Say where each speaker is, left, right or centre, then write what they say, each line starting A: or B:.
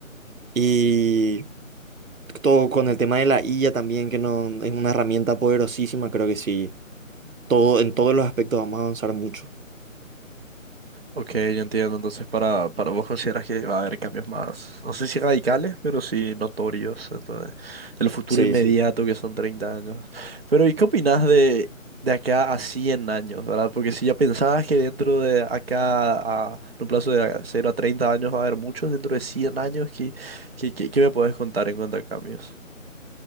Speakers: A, on the right; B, on the right.
A: Y todo con el tema de la IA también, que no, es una herramienta poderosísima, creo que sí. Todo, en todos los aspectos vamos a avanzar mucho.
B: Ok, yo entiendo. Entonces, para, para vos consideras que va a haber cambios más, no sé si radicales, pero sí notorios. Entonces, el futuro
A: Sí,
B: inmediato
A: sí.
B: que son 30 años. Pero, ¿y qué opinás de, de acá a 100 años, verdad? Porque si ya pensabas que dentro de acá, a, en un plazo de cero a 30 años, va a haber muchos, dentro de 100 años, ¿qué, qué, qué- qué me podés contar en cuanto a cambios?